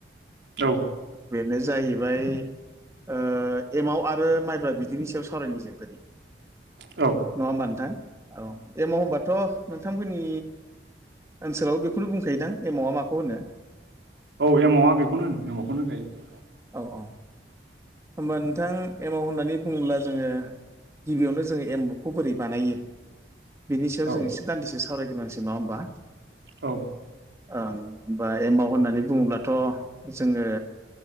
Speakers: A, on the right; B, on the right.
A: औ
B: बेनो जाहैबाय ओ एमाव आरो माइब्रा बिदैनि सायाव सावरायनि जों
A: औ
B: नङा होमबा नोंथां औ एमाव होनबाथ' नोंथांमोननि ओनसोलाव बेखौनो बुंखायोदा एमावआ माखौ होनो
A: औ एमावआ बेखौनो होनो एमावखौनो होनखायो
B: औ औ होमबा नोंथां एमाव होननानै बुङोब्ला जोङो गिबियावनो जोङो एमावखौ बोरै बानायो बिनि सायाव
A: औ
B: जों एसे दान्दिसे सावरायग्रोनोसै नङा होमबा
A: औ
B: ओ होनबा एमाव होननानै बुङोब्लाथ' जोङो